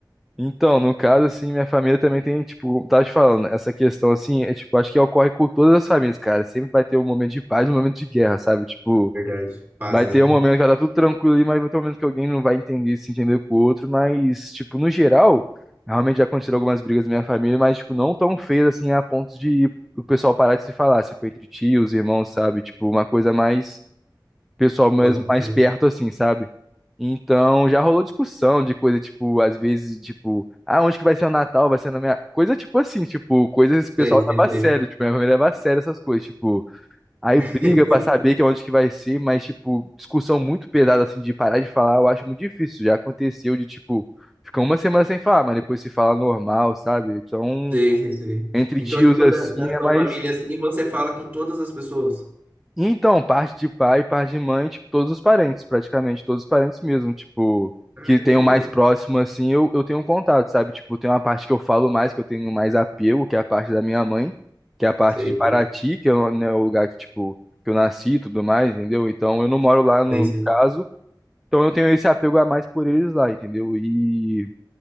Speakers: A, in the centre; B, on the right.
A: Então, no caso, assim, minha família também tem, tipo, como tava te falando, essa questão, assim, é, tipo, acho que ocorre com todas as famílias, cara. Sempre vai ter um momento de paz e um momento de guerra, sabe? Tipo,
B: Verdade. Fases,
A: vai ter
B: né?
A: um momento que vai estar tudo tranquilo ali, mas vai ter um momento que alguém não vai entender, se entender com o outro, mas, tipo, no geral, realmente já aconteceram algumas brigas na minha família, mas, tipo, não tão feias, assim, a ponto de o pessoal parar de se falar, tipo, entre tios, irmãos, sabe? Tipo, uma coisa mais pessoal, mais,
B: Pode
A: mais
B: ser.
A: perto, assim, sabe? Então, já rolou discussão de coisa, tipo, às vezes, tipo, ah, onde que vai ser o Natal? Vai ser na minha. Coisa tipo assim, tipo, coisas que o pessoal
B: Sei, sei,
A: leva
B: sei.
A: a sério, tipo, minha família leva a sério essas coisas, tipo, aí
B: <laughs>
A: briga pra saber que é onde que vai ser, mas, tipo, discussão muito pesada, assim, de parar de falar, eu acho muito difícil. Já aconteceu de, tipo, ficar uma semana sem falar, mas depois se fala normal, sabe? Então,
B: Sei, sei, sei.
A: entre
B: Então,
A: tios,
B: tipo,
A: assim,
B: da, da
A: é
B: sua
A: mais.
B: família, assim, você fala com todas as pessoas.
A: Então, parte de pai, parte de mãe, tipo, todos os parentes, praticamente, todos os parentes mesmo, tipo,
B: Caramba,
A: que tenho mais
B: velho.
A: próximo, assim, eu, eu tenho um contato, sabe? Tipo, tem uma parte que eu falo mais, que eu tenho mais apego, que é a parte da minha mãe, que é a parte
B: Sei,
A: de Paraty,
B: sei,
A: que é o, né, o lugar que, tipo, que eu nasci e tudo mais, entendeu? Então, eu não moro lá no,
B: sei, sei.
A: no caso, então eu tenho esse apego a mais por eles lá, entendeu? E